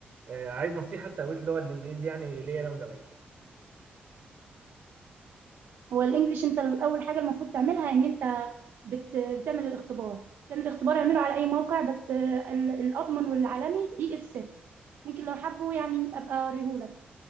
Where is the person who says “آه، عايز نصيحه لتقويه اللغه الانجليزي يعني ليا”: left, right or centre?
Right